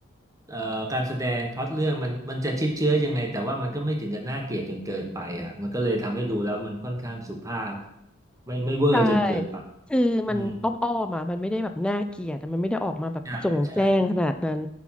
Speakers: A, on the right; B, in the centre.
A: เอ่อการแสดงพล็อตเรื่องมันมันจะชิดเชื้อยังไงแต่ว่ามันก็ไม่ถึงกับน่าเกลียดจนเกินไปอ่ะมันก็เลยทำให้ดูแล้วมันค่อนข้างสุภาพไม่ไม่เวอร์จนเกินไป
B: ใช่ คือมันอ้อมอ้อมอ่ะมันไม่ได้แบบน่าเกลียดอะมันไม่ได้ออกมาแบบโจ่งแจ้งขนาดนั้น
A: อืมใช่ใช่